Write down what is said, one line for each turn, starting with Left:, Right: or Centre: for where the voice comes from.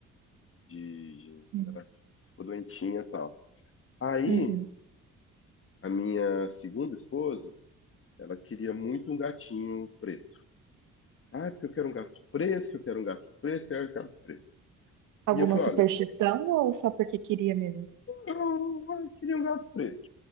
Left: De,
Right: Uhum.
Left: de- ela ficou doentinha e tal. Aí,
Right: Uhum.
Left: a minha segunda esposa, ela queria muito um gatinho preto. Ah, é porque eu quero um gato preto, que eu quero um gato preto, que eu quero um gato preto.
Right: Alguma
Left: E eu falei,
Right: superstição
Left: olha,
Right: ou só porque queria mesmo?
Left: eu, eu queria um gato preto.